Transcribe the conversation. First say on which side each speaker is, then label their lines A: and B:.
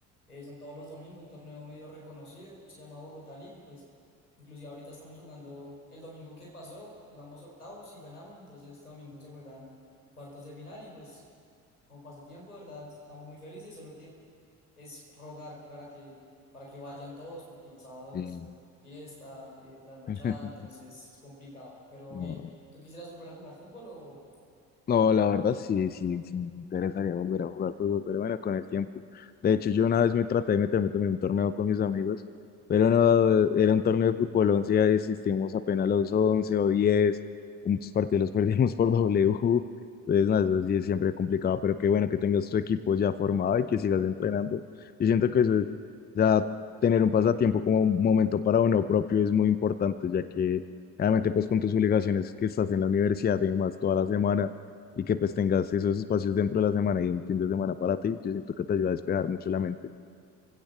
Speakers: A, on the left; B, on the left.
A: eh, son todos los domingos un torneo medio reconocido. Se llama Bogotá League y pues inclusive ahorita estamos jugando el domingo que pasó, jugamos octavos y ganamos, entonces este domingo se juegan cuartos de final y pues como pasatiempo, de ¿verdad? Estamos muy felices, solo que es rogar para que, para que vayan todos, porque el sábado
B: Sí,
A: es fiesta, eh, trasnochada,
B: <laughs>
A: entonces es complicado. Pero
B: no,
A: bien, ¿tú quisieras volver a jugar fútbol o,
B: No,
A: o
B: la
A: no?
B: verdad sí, sí, sí, me interesaría volver a jugar fútbol, pero bueno, con el tiempo. De hecho, yo una vez me traté de meterme también en un torneo con mis amigos, pero no, era un torneo de fútbol 11, ya desistimos apenas los 11 o 10 muchos partidos los <laughs> perdimos por W, entonces nada, eso sí es siempre complicado, pero qué bueno que tengas tu equipo ya formado y que sigas entrenando. Yo siento que eso, es- ya tener un pasatiempo como un momento para uno propio es muy importante, ya que... Realmente, pues con tus obligaciones que estás en la universidad y demás toda la semana, y que pues tengas esos espacios dentro de la semana y un fin de semana para ti, yo siento que te ayuda a despejar mucho la mente.